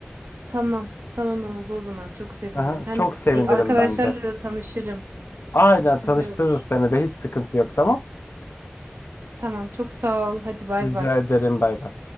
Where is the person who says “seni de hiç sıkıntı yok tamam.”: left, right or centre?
Left